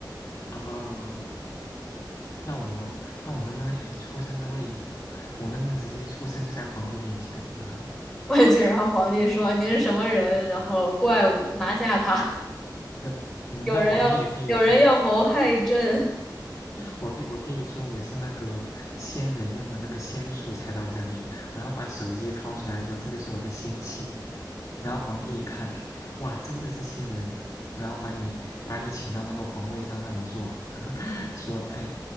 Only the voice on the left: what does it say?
哦，那我那我能不能选出生的位置？我能不能直接出生就在皇帝面前啊？
<laughs> 嗯，
那皇帝也可以说，我可以我可以说我是那个仙人用的那个仙术才到这里，然后把手机掏出来说这就是我的仙气。然后皇帝一看，<laughs> 哇，真的是仙人，然后把你把你请到那个皇位上让你做，<laughs> 说哎，